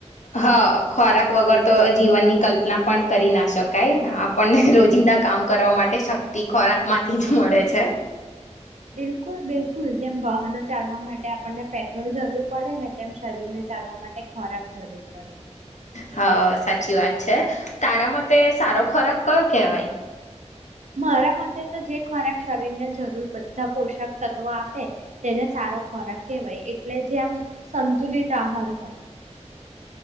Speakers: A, on the left; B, on the right.
A: હા ખોરાક વગર તો જીવનની કલ્પના પણ કરી ના શકાય આપણને રોજિંદા કામ કરવા માટે શક્તિ ખોરાક માંથી જ મળે છે
B: બિલકુલ બિલકુલ જેમ વાહનો ચાલવા માટે આપણને પેટ્રોલ જરૂર પડે ને તેમ શરીરને ચાલવા માટે ખોરાક જરૂર પડે
A: હા સાચી વાત છે તારા મતે સારો ખોરાક કયો કેવાય
B: મારા મતે તો જે ખોરાક શરીર ને જરૂર બધા પોષક તત્વો આપે તેને સારો ખોરાક કેવાય એટલે જે આમ સંતુલિત તહાર હોય